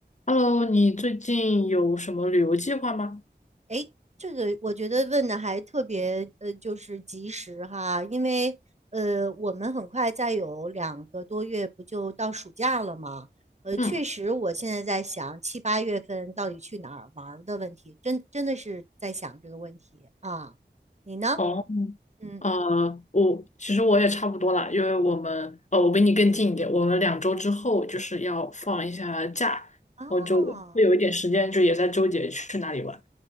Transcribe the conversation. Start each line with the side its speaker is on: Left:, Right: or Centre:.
Left: Hello，你最近有什么旅游计划吗？
Right: 哎，这个我觉得问的还特别呃，就是及时哈，因为呃，我们很快再有两个多月不就到暑假了吗？呃，确实，
Left: 嗯，
Right: 我现在在想七八月份到底去哪儿玩儿的问题，真真的是在想这个问题啊。你呢？
Left: 哦，
Right: 嗯，
Left: 呃，我其实我也差不多啦，因为我们呃，我比你更近一点，我们两周之后就是要放一下假，然后就会有一点时间，
Right: 哦。
Left: 就也在纠结去哪里玩。